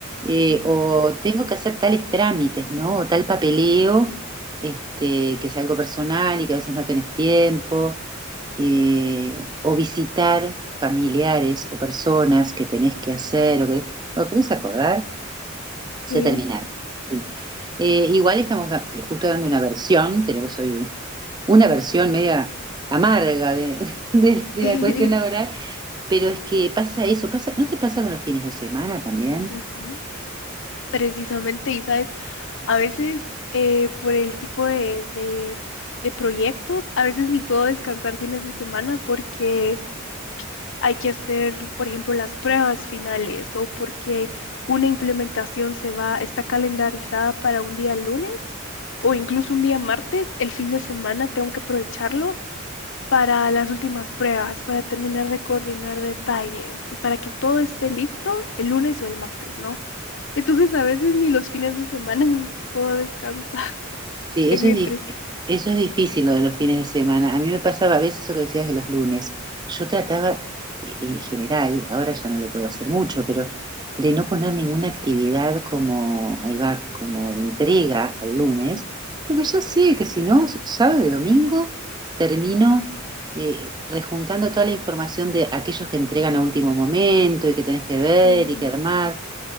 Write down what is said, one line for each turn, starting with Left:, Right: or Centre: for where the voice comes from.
Right: eh,
Left: claro.
Right: o tengo que hacer tales trámites, ¿no? O tal papeleo, este, que es algo personal y que a veces no tenés tiempo, eh, o visitar familiares o personas que tenés que hacer, o que, o querés acordar, se
Left: Sí.
Right: terminar, ¿sí? Eh, igual estamos da- justo dando una versión, tenemos hoy una versión media amarga de, <laughs> de- de
Left: <laughs>
Right: la cuestión laboral pero es que pasa eso, pasa, ¿no te pasa con los fines de semana también?
Left: Ujú. Precisamente, y sabes, A veces, eh, por el tipo de, de, de proyectos, a veces ni puedo descansar fines de semana porque hay que hacer, por ejemplo, las pruebas finales o porque una implementación se va, está calendarizada para un día lunes o incluso un día martes. El fin de semana tengo que aprovecharlo para las últimas pruebas, para terminar de coordinar detalles y para que todo esté listo el lunes o el martes, ¿no? Entonces, a veces ni los fines de semana <laughs> puedo descansar.
Right: Sí,
Left: Es
Right: eso
Left: bien
Right: es, dif-
Left: triste.
Right: eso es difícil lo de los fines de semana. A mí me pasaba a veces eso que decías de los lunes. Yo trataba, e- en general, ahora ya no lo puedo hacer mucho, pero de no poner ninguna actividad como, ahí va, como de entrega el lunes,
Left: Mm,
Right: porque ya sé que si no, s- sábado y domingo termino eh, rejuntando toda la información de aquellos que entregan a último momento y que tenés que ver
Left: Sí.
Right: y que armar.